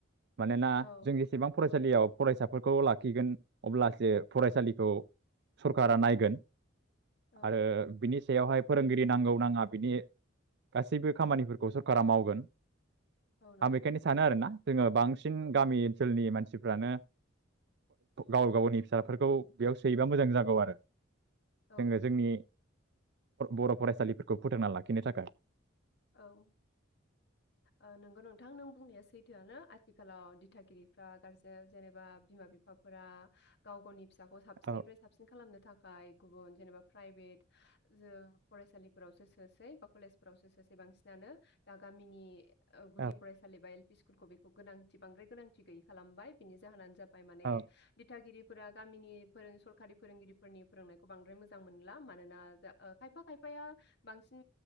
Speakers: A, on the right; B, on the left.
A: माने ना
B: औ
A: जोंनि फरायसालियाव फरायसाफोरखौ लाखिगोन अब्लासो फरायसालिखौ सरकारा नायगोन
B: औ
A: आरो बिनि सायावहाय फोरोंगिरि नांगौ नाङा बिनि गासैबो खामानिफोरखौ सरकारा मावगोन
B: औ नंगौ
A: आं बेखायनो
B: नोंथां
A: सानो आरो ना जोङो बांसिन गामि ओनसोलनि मानसिफ्रानो गाव गावनि फिसाफोरखौ बेयाव सोयोबा मोजां जागौ आरो
B: औ
A: जोङो जोंनि बर' फरायसालिफोरखौ फोथांना लाखिनो थाखाय
B: औ ओ नंगौ नोंथां नों बुंनाया सैथोआनो आथिखालाव दिथागिरिफ्रा गारजेन जेनेबा बिमा बिफाफोरा गाव गावनि फि फिसाखौ साबसिनिफ्राय
A: औ
B: साबसिन खालामनो थाखाय थाखाय गुबुन जेनेबा प्राइभेट ओ फरायसालिफोरावसो सोसै बा कलेजफोरावसो सोसै सै बांसिनानो दा गामिनि ओ गुदि
A: औ
B: फरायसालि बा इसकुलखौ बेखौ गोनांथि बांद्राय गोनांथि गैयै खालामबाय बिनि जाहोनानो जाबाय माने
A: औ
B: दिथागिरि फोरा गामिनि फोरों सरकारि फोरोंगिरिफोरनि फोरोंनायखौ बांद्राय मोजां मोनला मानोना खायफा खायफाया बांसिन